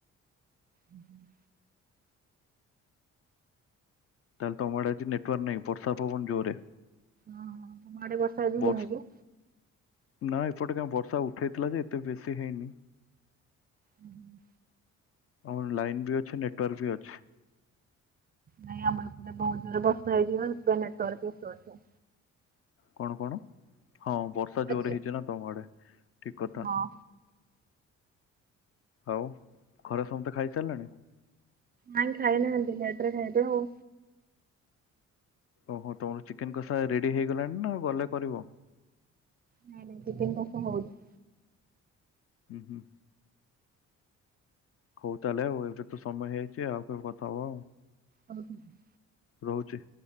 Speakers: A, on the right (about 30°); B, on the left (about 50°).
A: ଉଁହୁଁ।
B: ତାହେଲେ ତମଆଡେ ଆଜି ନେଟୱାର୍କ ନାହିଁ ବର୍ଷା ପବନ ଜୋରେ।
A: ହଁ ତମ ଆଡେ ବର୍ଷା ଆଜି
B: ବର୍ଷ
A: ହେଇନି କି?
B: ନା ଏପଟେ କାଇଁ ବର୍ଷା ଉଠେଇଥିଲା ଯେ ଏତେ ବେଶୀ ହେଇନି।
A: ଉହୁଁ।
B: ଆଉ ଲାଇନ୍ ବି ଅଛି ନେଟୱାର୍କ ବି ଅଛି।
A: ନାଇଁ ଆମର ଏପଟେ ବୋହୁତ ଜୋରେ ବର୍ଷା ହେଇଚି ପା ସେଥିପାଇଁ ନେଟୱାର୍କ ଇସୁ ଅଛି।
B: କଣ କଣ ହଁ ବର୍ଷା ଜୋରେ
A: ଆଜି
B: ହେଇଚି ନା ତମ ଆଡେ ଠିକ କଥା।
A: ହଁ।
B: ଆଉ ଘରେ ସମତେ ଖାଇସାରିଲାଣି?
A: ହାଇଁ ଖାଇନାହାନ୍ତି ଲେଟରେ ଖାଇବେ ଆଉ।
B: ଓହୋ ତମର ଚିକେନ କଷା ରେଡି ହେଇଗଲାଣି ନା ଆଉ ଗଲେ କରିବ?
A: ନାଇଁ ନାଇଁ ଚିକେନ କଷା ହୋଉଚି।
B: ଉଁ ହୁଁ। ହୋଉ ତାହେଲେ ଆଉ ଏବେ ତ ସମୟ ହୋଇଯାଇଚି ଆଉ କଥାହବା।
A: ହୋଉ ଠିକଅଛି।
B: ରହୁଚି।